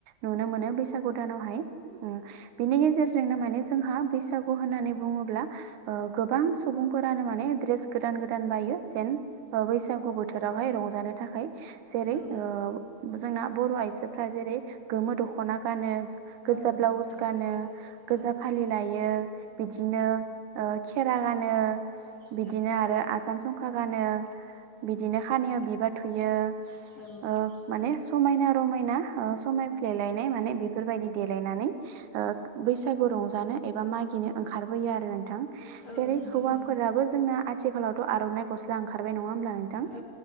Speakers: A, on the right (about 75°); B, on the left (about 50°).
A: नुनो मोनो बैसागु दानावहाय उम बिनि गेजेरजोंनो माने जोंहा बैसागु होननानै बुङोब्ला ओ गोबां सुबुंफोरानो माने ड्रेस गोदान गोदान बायो जेन ओ बैसागु बोथोरावहाय रंजानो थाखाय जेरै
B: औ
A: ओ जोंना बर' आइजोफ्रा जेरै गोमो दख'ना गानो। गोजा
B: औ नंगौ
A: ब्लाउस
B: नोंथां
A: गानो गोजा
B: औ
A: फालि लायो बिदिनो ओ खेरा गा नो
B: औ
A: बिदिनो आरो आसान संखा गानो बिदिनो खानियाव बिबार थुयो
B: औ
A: ओ माने समायना रमायना समायफ्लेलायनाय माने बेफोर बायदि देलायनानै ओ बैसागु रंजानो एबा मागिनो ओंखारबोयो आरो नोंथां
B: औ
A: जेरै
B: नंगौ
A: हौवाफोराबो
B: नोंथां औ नंगौ नोंथां
A: जोंना आथिखालावथ' आर'नाइ गस्ला ओंखारबाय नङा होमब्ला नोंथां
B: औ